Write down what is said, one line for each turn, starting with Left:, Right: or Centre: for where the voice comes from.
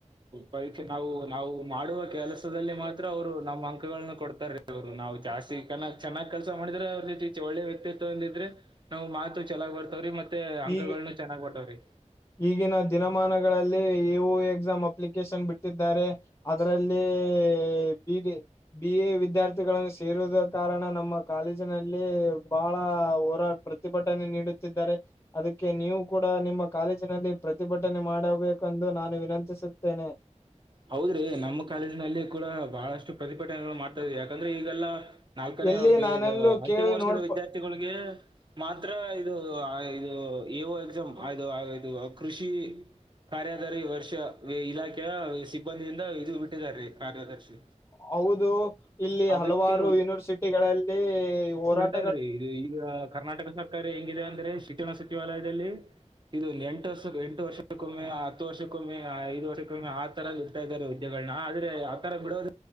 Right: ಪರೀಕ್ಷೆ ನಾವು ನಾವು ಮಾಡುವ ಕೆಲಸದಲ್ಲಿ ಮಾತ್ರ ಅವರು ನಮ್ಮ ಅಂಕಗಳನ್ನ ಕೊಡ್ತಾರೆ ಅವ್ರು ನಾವು ಜಾಸ್ತಿ ಕ ಚೆನ್ನಾಗಿ ಕೆಲಸ ಮಾಡಿದ್ರೆ ಅವ್ರ ಇತಿಚೆ ಒಳ್ಳೆ ವ್ಯಕ್ತಿತ್ವ ಅಂದಿದ್ರೆ ನಾವ್ ಮಾತು ಚೆನ್ನಾಗ್ ಬರ್ತವ್ರೀ ಮತ್ತೆ ಅಂಕಲ್ಗಳನು
Left: ಈಗ
Right: ಚೆನ್ನಾಗ್ ಬರ್ತವ್ರಿ
Left: ಈಗಿನ ದಿನಮಾನಗಳಲ್ಲಿ ಯು ಎಕ್ಸಾಮ್ ಅಪ್ಲಿಕೇಶನ್ ಬಿಟ್ ತ್ತಿದ್ದಾರೆ ಅದರಲ್ಲಿ ಬೀ <unintelligible> ಬಿ ಎ ವಿದ್ಯಾರ್ಥಿಗಳನ್ನು ಸೇರುದ ಕಾರಣ ನಮ್ಮ ಕಾಲೇಜ್ ಲ್ಲಿ ಬಹಳ ಹೋರಾಟ್ ಪ್ರತಿಭಟನೆ ನೀಡುತ್ತಿದ್ದಾರೆ ಅದಕ್ಕೆ ನೀವು ಕೂಡ ನಿಮ್ಮ ಕಾಲೇಜಿನಲ್ಲಿ ಪ್ರತಿಭಟನೆ ಮಾಡಬೇಕು. ಕಂದು ನಾನು ವಿನಂತಿಸುತ್ತೇನೆ
Right: ಹೌದ್ರಿ ನಮ್ಮ ಕಾಲೇಜ ನಲ್ಲಿ ಕೂಡ ಬಹಳಷ್ಟು ಪ್ರತಿಭಟನೆಗಳು ಮಾಡ್ತ್ವಿ ಯಾಕಂದ್ರೆ ಈಗೆಲ್ಲ ನಾಲ್ಕನೇ
Left: ಎಲ್ಲಿ
Right: ಹವತಿ
Left: ನಾನೆಲ್ಲೂ
Right: ಇದು ಅಂತಿಮ
Left: ಕೇಳಿ
Right: ವರ್ಗದ
Left: ನೋಡ್ಪ
Right: ವಿದ್ಯಾರ್ಥಿಗಳಿಗೆ ಮಾತ್ರ ಇದು ಇದು ವೋ ಎಕ್ಸ ಇದು ಇದು ಕೃಷಿ ಕಾರ್ಯದಾರಿ ಈ ವರ್ಷ ಇಲಾಖೆಯ ಸಿಬ್ಬಂದಿಯಿಂದ ಇದು ಬಿಟ್ಟಿದಿದ್ದಾರೆರೀ ಕಾರ್ಯದರ್ಶಿ.
Left: ಹೌದು ಇಲ್ಲಿ
Right: ಅದಕ್ಕೆ
Left: ಹಲವಾರು ಯೂನಿವರ್ಸಿಟಿಗಳಲ್ಲಿ ಹೋರಾಟ.
Right: ಸಲ್ರಿ ಇದು ಈಗ ಕರ್ನಾಟಕ ಸಾರ್. ಹಂಗಿದೆ ಅಂದ್ರೆ ಶಿಕ್ಷಣ ಸಚಿವಾಲಯದಲ್ಲಿ ಇದು ಎಂಟು ವರ್ಷ ಎಂಟು ವರ್ಷ. ಕೊಮ್ಮೆ ಹತ್ತು ವರ್ಷಕ್ಕೊಮ್ಮೆ ಐದು ವರ್ಷಕ್ಕೊಮ್ಮೆ ಆತರ ಇಡ್ತಾ ಇದ್ದಾರೆ ವುದ್ದೆಗಳನ್ನ ಆದ್ರೆ ಆತರ ಬಿಡೋದ.